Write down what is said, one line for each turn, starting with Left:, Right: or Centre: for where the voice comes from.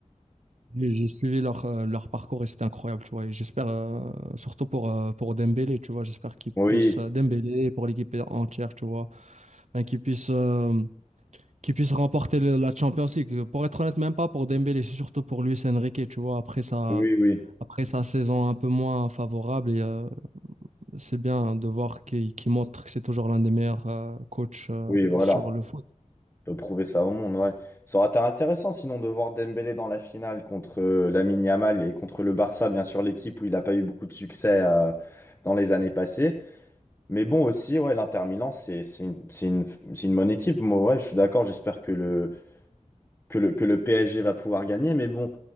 Right: J'ai j'ai suivi leur, euh, leur parcours et c'était incroyable, tu vois. Et j'espère, euh, surtout pour, euh, pour Dembélé, tu vois, j'espère qu'il
Left: Oui,
Right: puisse, euh, Dembélé et pour l'équipe entière, tu vois, ben, qu'il puisse, euh, qu'il puisse remporter le- la Champions League. Pour être honnête, même pas pour Dembélé, c'est surtout pour Luis Enrique, tu vois, après sa,
Left: oui, oui.
Right: après sa saison un peu moins favorable. Et euh, c'est bien de voir qu'il qu'il montre que c'est toujours l'un des meilleurs euh, coachs euh,
Left: Oui, voilà.
Right: sur le foot.
Left: On peut prouver ça au monde, ouais. Ça aurait été intéressant sinon de voir Dembélé dans la finale contre euh, Lamine Yamal et contre le Barça, bien sûr, l'équipe où il n'a pas eu beaucoup de succès euh, dans les années passées. Mais bon, aussi, ouais, l'Inter Milan, c'est c'est une, c'est une, c'est une bonne équipe. Moi, ouais, je suis d'accord. J'espère que le, que le, que le PSG va pouvoir gagner. Mais bon,